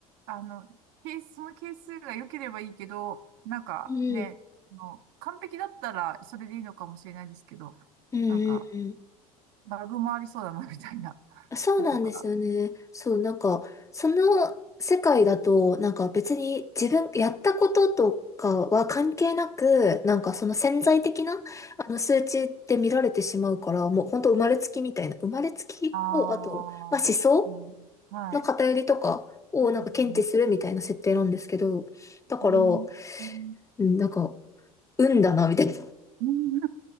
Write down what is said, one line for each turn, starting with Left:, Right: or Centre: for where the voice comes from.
Right: あの、ケース、その係数が良ければいいけど、なんかね、
Left: うん。
Right: あの、完璧だったらそれでいいのかもしれないですけど、
Left: うんうんうん
Right: なんか、バグもありそうだな、みたいな
Left: そうなんですよね。
Right: のとか。
Left: そう、なんか、その世界だと、なんか別に自分、やったこととかは関係なく、なんかその潜在的な、あの数値って見られてしまうから、もう本当生まれつきみたいな、生まれつきを、
Right: あ
Left: あと、まあ思想
Right: あ、うんはい。
Left: の偏りとかをなんか検知するみたいな設定なんですけど、
Right: <laughs>
Left: だから、
Right: うんうんうん
Left: うん、なんか、運だな、みたいな。
Right: <laughs> うん